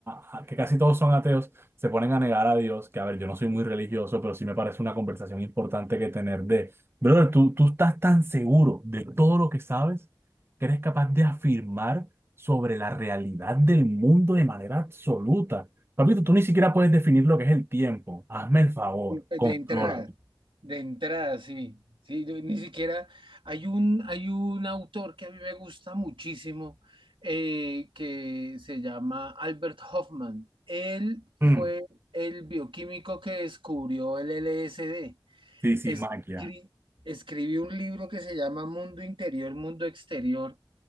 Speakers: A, on the right (about 30°); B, on the right (about 90°).
A: a- a- que casi todos son ateos, se ponen a negar a Dios, que a ver, yo no soy muy religioso, pero sí me parece una conversación importante que tener de Brother, tú, tú estás tan seguro de todo lo que sabes que eres capaz de afirmar sobre la realidad del mundo de manera absoluta. Papito, tú ni siquiera puedes definir lo que es el tiempo. Hazme el favor,
B: De
A: contrólate.
B: entrada, de entrada, sí. Sí, yo ni siquiera hay un, hay un autor que a mí me gusta muchísimo eh, que se llama Albert Hoffman. Él fue
A: Mm,
B: el bioquímico que descubrió el LSD.
A: sí, sí,
B: Escri-
A: maquia.
B: escribió un libro que se llama Mundo Interior, Mundo Exterior